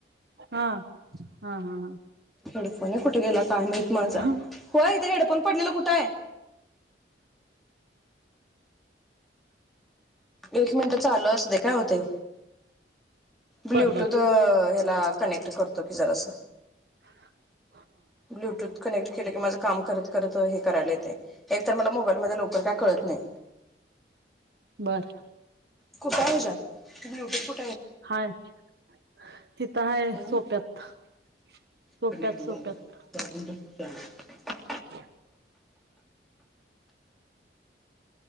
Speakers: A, on the right; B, in the centre.
A: हा हा हा
B: हेडफोन एक कुठे गेला काय माहित माझा
A: हा.
B: होय इथे हेडफोन पडलेला कुठे आहे एक मिनिट चालू असते काय होतंय ब्ल्यूटूथ
A: बर बर
B: कनेक्ट करतो की जरासं
A: <unintelligible>
B: ब्लूटूथ कनेक्ट केलं की माझं काम करत करत हे करायला येतंय मोबाईल मधी लवकर काय कळत नाही.
A: बर.
B: कुठ आहे ह्याच्यात ब्लूटूथ कु
A: हाय. <inaudible> हीथ हाय
B: हम्म
A: सोप्यात <inaudible> सोप्यात,
B: कनेक्ट
A: सोप्यात.
B: दाबून धर झालं.
A: <inaudible>